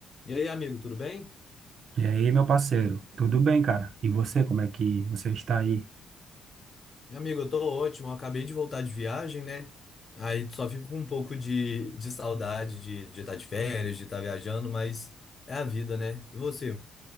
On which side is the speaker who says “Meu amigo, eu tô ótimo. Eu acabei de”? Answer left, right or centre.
Left